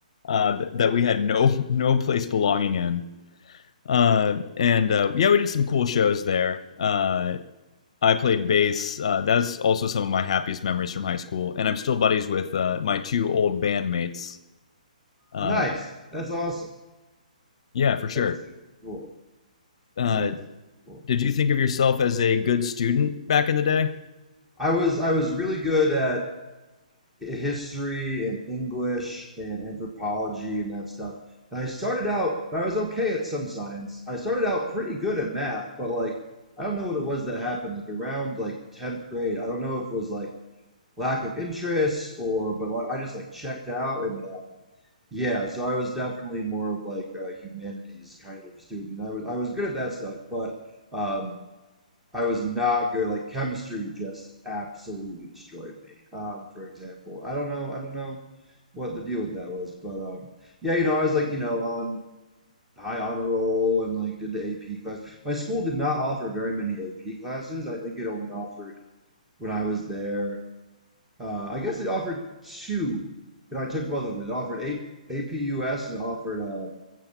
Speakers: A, on the left; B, in the centre.
A: uh, th- that we had <laughs> no no place belonging in. Uh, and uh, yeah, we did some cool shows there. Uh, I played bass. Uh, that's also some of my happiest memories from high school, and I'm still buddies with uh, my two old bandmates. Uh,
B: nice. That's awesome.
A: yeah, for
B: That's
A: sure.
B: super cool.
A: Uh,
B: No, it's super cool.
A: did you think of yourself as a good student back in the day?
B: I was I was really good at history and English and anthropology and that stuff. And I started out, I was okay at some science. I started out pretty good at math, but like, I don't know what it was that happened. Like around like 10th grade, I don't know if it was like lack of interest or, but like, I just like checked out and, um, yeah, so I was definitely more of like a humanities kind of student. I was I was good at that stuff, but um, I was not good. Like chemistry just absolutely destroyed me. Um, for example, I don't know, I don't know what the deal with that was, but um, yeah, you know, I was like, you know, on high honor roll and like did the AP class. My school did not offer very many AP classes. I think it only offered when I was there. Uh, I guess it offered two, and I took both of them. It offered A AP US and it offered um,